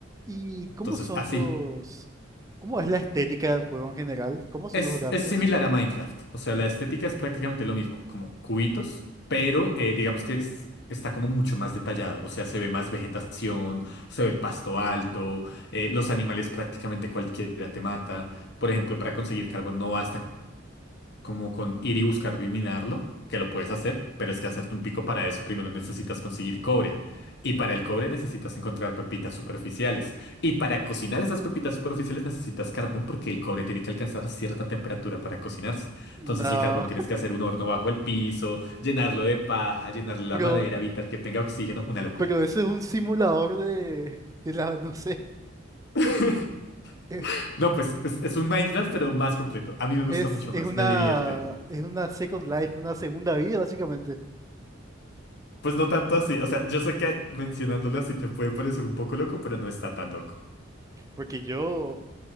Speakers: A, on the right; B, on the left.
A: ¿Y cómo
B: Entonces,
A: son
B: así,
A: los... ¿Cómo es la estética del juego en general? ¿Cómo son
B: Es,
A: los gráficos?
B: es similar a Minecraft, o sea, la estética es prácticamente lo mismo, como cubitos, pero eh, digamos que es- está como mucho más detallado, o sea, se ve más vegetación, se ve pasto alto, eh, los animales prácticamente cualquiera te mata, por ejemplo, para conseguir carbón no basta como con ir y buscar minarlo, que lo puedes hacer, pero es que hacerte un pico para eso primero necesitas conseguir cobre. Y para el cobre necesitas encontrar pepitas superficiales. Y para cocinar esas pepitas superficiales necesitas carbón porque el cobre tiene que alcanzar cierta temperatura para cocinarse.
A: No,
B: Entonces el carbón tienes que hacer un horno bajo el piso, llenarlo de paja, llenarle la
A: <laughs> pero,
B: madera, evitar que tenga oxígeno, una locura.
A: pero ese es un simulador de, de la, no sé.
B: <laughs>
A: <laughs> eh,
B: No, pues es, es un Minecraft, pero más completo. A mí me gusta
A: Es,
B: mucho
A: es
B: más,
A: una,
B: me divierte.
A: es una Second Life, una segunda vida, básicamente.
B: Pues no tanto así, o sea, yo sé que mencionándolo así te puede parecer un poco loco, pero no está tan loco.
A: Porque yo,